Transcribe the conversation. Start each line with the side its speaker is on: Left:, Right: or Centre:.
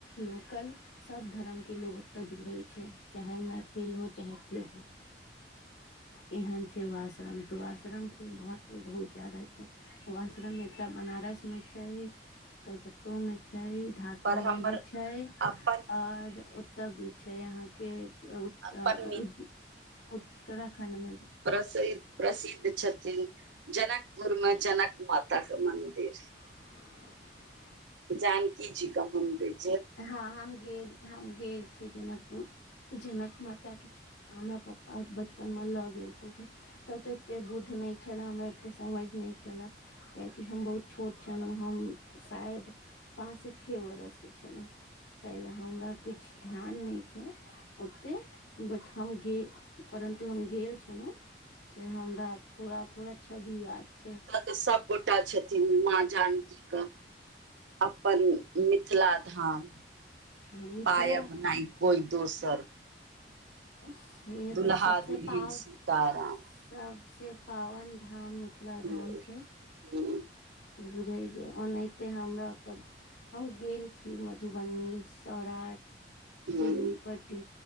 Left: लोकल सभ धर्मके लोक ओतय जुड़ै छै चाहे मैथिल हो। चाहे जे हो एहन छै ओ आश्रम तऽ ओ आश्रम के महत्व बहुत जादा उ आश्रम एकटा बनारस मे छै कलकत्तो में छै। <unintelligible>
Right: पर हमर
Left: भी छै
Right: अपन
Left: और ओत भी छै यहां के उत
Right: अपन मि
Left: उत्तराखण्ड मे
Right: प्रसिद् प्रसिद्ध छथिन जनकपुर मे जनक माता के मन्दिर
Left: <inaudible>
Right: जानकी जी के मंदिर।
Left: हँ हम गेल हम गेल छी जनकपुर। जनक माता के हमरा प्पा बचपन मे लऽ गेल छलखिन। तब ते एते बुध नय छले हमरा एते समझ नय छले। कियकि हम बहुत छोट छलहुँ हम शायद पाँच से छे बरस के। छलहु ताहिलए हमरा किछ ध्यान नय छै। ओते बट हम गे परन्तु हम गेल छलो से हमरा थोड़ा थोड़ा छवि याद छै।
Right: तऽ सबगोटा छथिन माँ जान <unintelligible> अपन मिथिला धाम।
Left: मिथिला
Right: पायब नय कोइ दोसर।
Left: सेत
Right: दुल्हा
Left: सबसे
Right: दुल्हिन
Left: पाव
Right: सीताराम
Left: सबसे पावन धाम मिथिला
Right: ह
Left: धाम छै।
Right: ह
Left: बुझै छी ओनाहितेै हमरा तब हम गेल छी मधुबनी सौराठ
Right: ह
Left: बेनीपट्टी